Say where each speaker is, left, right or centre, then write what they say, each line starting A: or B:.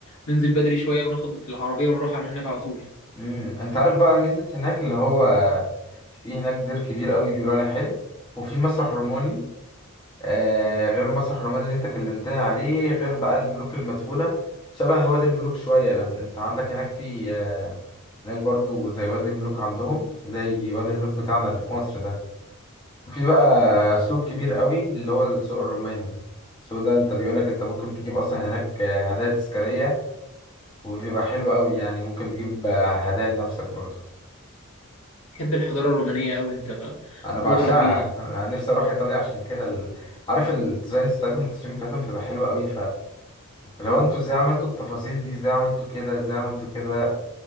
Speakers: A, on the left; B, on the left.
A: ننزل بدري شوية وناخد العربية ونروح على هناك على طول
B: امم انت عارف بقى ميزة هناك اللي هو في هناك دير كبير قوي بيقولوا عليه حلو وفي مسرح روماني آه غير المسرح الروماني اللي انت كلمتني عليه غير بقى الملوك المدفونة شبه وادي الملوك شوية لأن انت عندك هناك في آه هناك برضو زي وادي الملوك عندهم زي وادي الملوك بتاعنا اللي في مصر ده وفي بقى سوق كبير قوي اللي هو السوق الروماني السوق ده انت بيقولك انت ممكن تجيب اصلا هناك آه، هدايا تذكارية وبيبقى حلو قوي يعني ممكن تجيب آه، هدايا لنفسك برضو
A: تحب الحضارة الرومانية أوي أنت
B: انا بعشقها
A: مغرم بيها
B: انا نفسي اروح ايطاليا عشان كده ال... عارف الديزاينز بتاعتهم والتصميم بتاعتهم بتبقى حلوة قوي لو انتوا ازاي عملتوا التفاصيل دي ازاي عملتوا كده ازاي عملتوا كده